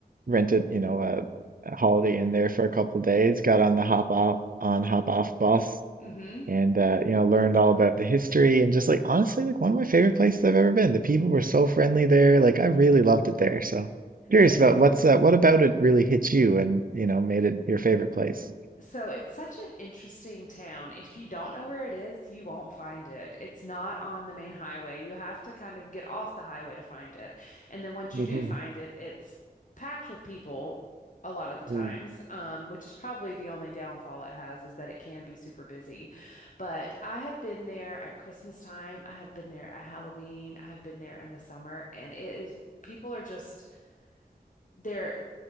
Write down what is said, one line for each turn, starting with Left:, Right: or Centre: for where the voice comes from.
Right: rented, you know, a, a Holiday Inn there for a couple days. Got on the hop off on hop off bus
Left: hmm
Right: and uh, you know learned all about the history and just like honestly like one of my favorite places I've ever been. The people were so friendly there. Like I really loved it there. So curious
Left: It
Right: about what's uh, what about it really hit you and you know made it your favorite place. <laughs>
Left: so it's such an interesting town. If you don't know where it is, you won't find it. It's not on the main highway. You have to kind of get off the highway to find it. And then once
Right: Mhm,
Left: you do find it, it's packed with people a lot of the times,
Right: mm,
Left: um, which is probably the only downfall it has is that it can be super busy. But I have been there at Christmas time. I have been there at Halloween. I have been there in the summer, and it is people are just They're,